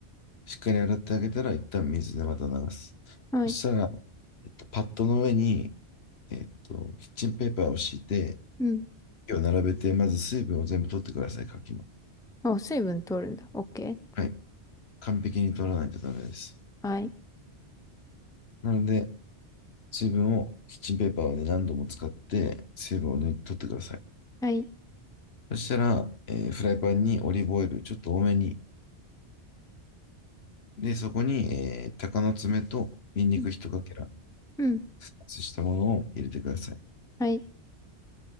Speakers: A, on the left; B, in the centre.
A: しっかり洗ってあげたら、一旦水でまた流す。
B: はい。
A: そしたら、えっと、パッドの上に、えっと、キッチンペーパーを敷いて、
B: うん。
A: を並べて、まず水分を全部取ってください、牡蠣の。
B: お、水分取るんだ。オッケー。
A: はい。完璧に取らないとダメです。
B: はい。
A: なので、水分をキッチンペーパーをね、何度も使って水分を抜い取ってください。
B: はい。
A: そしたら、えーフライパンにオリーブオイルちょっと多めに。で、そこに、えー鷹の爪とニンニク一かけら、
B: うん、うん。
A: スライスしたものを入れてください。
B: はい。